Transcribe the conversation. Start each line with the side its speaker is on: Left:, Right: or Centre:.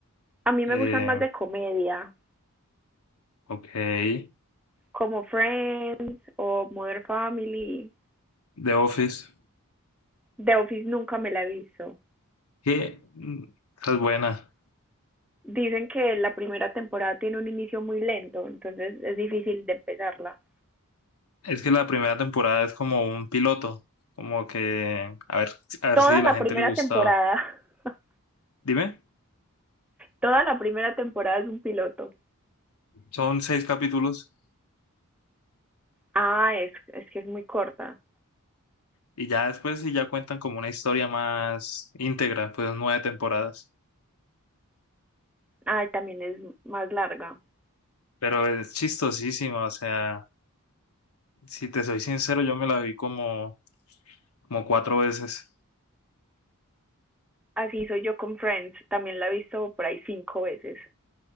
Centre: a mí
Left: eh,
Centre: me gustan más de comedia,
Left: ok,
Centre: como Friends o Modern Family.
Left: The Office,
Centre: The Office nunca me la he visto.
Left: que mm, esa es buena.
Centre: Dicen que la primera temporada tiene un inicio muy lento, entonces es difícil de empezarla.
Left: Es que la primera temporada es como un piloto, como que a ver, a ver
Centre: toda
Left: si a
Centre: la
Left: la gente
Centre: primera
Left: le gustaba.
Centre: temporada, <laughs>
Left: Dime,
Centre: toda la primera temporada es un piloto.
Left: son seis capítulos
Centre: Ah, es, es que es muy corta.
Left: y ya después sí ya cuentan como una historia más íntegra, pues nueve temporadas.
Centre: Ah, también es más larga.
Left: Pero es chistosísimo o sea, si te soy sincero, yo me la vi como, como cuatro veces.
Centre: Así soy yo con Friends. También la he visto por ahí cinco veces.